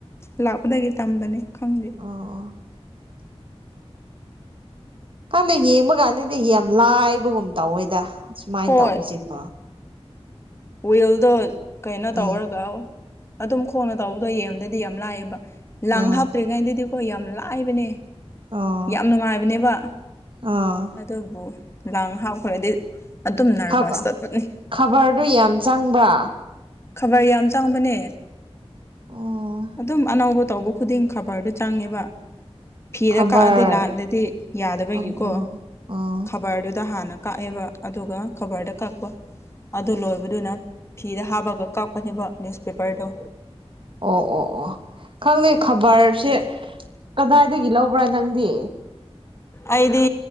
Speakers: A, on the left (about 25°); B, on the right (about 50°).
A: ꯂꯥꯛꯄꯗꯒꯤ ꯇꯝꯕꯅꯤ ꯈꯪꯗꯦ꯫
B: ꯎꯝ ꯎꯝ ꯈꯪꯗ ꯌꯦꯡꯕ ꯀꯥꯟꯗꯗꯤ ꯌꯥꯝ ꯂꯥꯏꯕꯒꯨꯝ ꯇꯧꯋꯦꯗ ꯁꯨꯃꯥꯏꯅ
A: ꯍꯣꯏ
B: ꯇꯧꯕꯁꯦ ꯀꯣ꯫
A: ꯋꯤꯜꯗꯣ ꯀꯩꯅꯣ ꯇꯧꯔꯒ
B: ꯎꯝ
A: ꯑꯗꯨꯝ ꯈꯣꯡꯅ ꯇꯧꯕꯗꯣ ꯌꯦꯡꯕꯗꯗꯤ ꯌꯥꯝ ꯂꯥꯛꯑꯦꯕ ꯂꯡ
B: ꯑꯥ
A: ꯍꯥꯞꯇ꯭ꯔꯤꯉꯩꯗꯗꯤꯀꯣ ꯌꯥꯝ ꯂꯥꯏꯕꯅꯦ
B: ꯑꯣ
A: ꯌꯥꯝ ꯅꯨꯡꯉꯥꯏꯕꯅꯦꯕ
B: ꯑꯥ
A: ꯑꯗꯨꯕꯨ ꯂꯪ ꯍꯥꯞꯈ꯭ꯔꯗꯤ ꯑꯗꯨꯝ ꯅꯔꯚꯁ
B: ꯈꯕ
A: ꯆꯠꯄꯅꯤ꯫
B: ꯈꯕꯔꯗꯨ ꯌꯥꯝ ꯆꯪꯕ꯭ꯔꯥ꯫
A: ꯈꯕꯔ ꯌꯥꯝ ꯆꯪꯕꯅꯦ꯫
B: ꯑꯣ
A: ꯑꯗꯨꯝ ꯑꯅꯧꯕ ꯇꯧꯕ ꯈꯨꯗꯤꯡ ꯈꯕꯔꯗꯨ ꯆꯪꯉꯦꯕ꯫ ꯐꯤꯗ
B: ꯈꯕꯔ
A: ꯀꯛꯑꯗꯤ ꯂꯜꯗꯗꯤ ꯌꯥꯗꯕꯒꯤꯀꯣ
B: ꯑꯣ ꯑꯣ ꯑꯣ
A: ꯈꯕꯔꯗꯨꯗ ꯍꯥꯟꯅ ꯀꯛꯑꯦꯕ ꯑꯗꯨꯒ ꯈꯕꯔꯗ ꯀꯛꯄ ꯑꯗꯨ ꯂꯣꯏꯕꯗꯨꯅ ꯐꯤꯗ ꯍꯥꯞꯄ ꯑꯗꯨꯒ ꯀꯥꯞꯄꯅꯦꯕ ꯅ꯭ꯌꯨꯁꯄꯦꯄꯔꯗꯣ꯫
B: ꯑꯣ ꯑꯣ ꯑꯣ ꯈꯪꯗꯦ ꯈꯕꯔꯁꯦ ꯀꯗꯥꯏꯗꯒꯤ ꯂꯧꯕ꯭ꯔꯥ ꯅꯪꯗꯤ꯫
A: ꯑꯩꯗꯤ